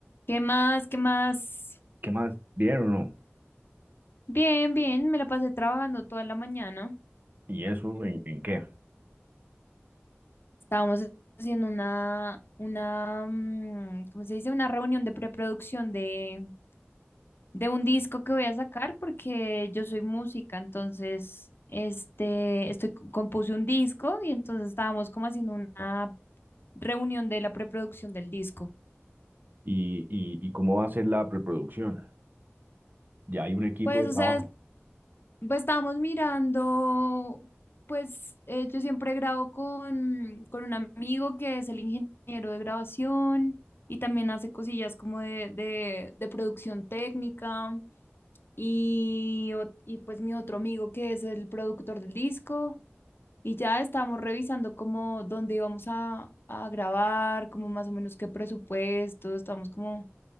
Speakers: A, on the left; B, on the right.
A: ¿Qué más? ¿Qué más?
B: ¿Qué más? vieron o no?
A: Bien, bien, me la pasé trabajando toda la mañana.
B: ¿Y eso en, en qué?
A: Estábamos haciendo una, una, mm, ¿cómo se dice? Una reunión de preproducción de, de un disco que voy a sacar porque yo soy música, entonces, este, estoy, compuse un disco y entonces estábamos como haciendo una reunión de la preproducción del disco.
B: ¿Y, y, y cómo va a ser la preproducción? Ya hay un equipo
A: Pues,
B: de
A: o
B: trabajo.
A: sea, Pues estábamos mirando, pues eh, yo siempre grabo con, con un amigo que es el ingeniero de grabación y también hace cosillas como de, de, de producción técnica y, ot- y pues mi otro amigo que es el productor del disco y ya estábamos revisando como dónde íbamos a, a grabar, como más o menos qué presupuesto, estábamos como